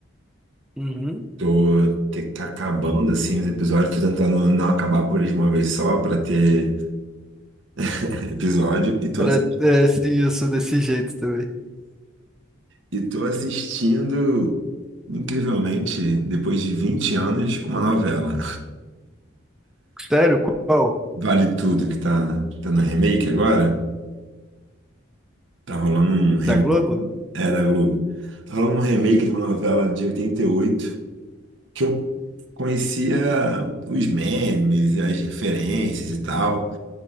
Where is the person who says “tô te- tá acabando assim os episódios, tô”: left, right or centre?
Right